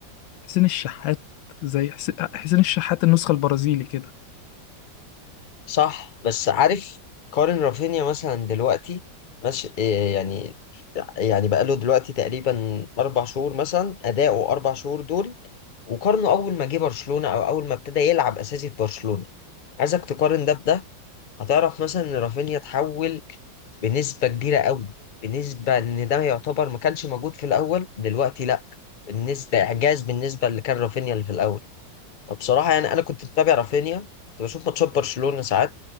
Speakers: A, on the left; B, on the left.
A: حسين الشحات زي حس- حسين الشحات النسخة البرازيلي كده
B: صح بس عارف كارين رافينيا مثلا دلوقتي ماشي إيه يعني يعني بقاله دلوقتي تقريبا اربع شهور مثلا اداؤه اربع شهور دول وقارنه اول ما جه برشلونه او اول ما ابتدى يلعب اساسي في برشلونه عايزك تقارن ده بده هتعرف مثلا ان رافينيا اتحول بنسبه كبيره قوي بالنسبه ان ده يعتبر ما كانش موجود في الاول دلوقتي لا بالنسبه اعجاز بالنسبه اللي كان رافينيا اللي في الاول فبصراحه يعني انا كنت بتابع رافينيا كنت بشوف ماتشات برشلونه ساعات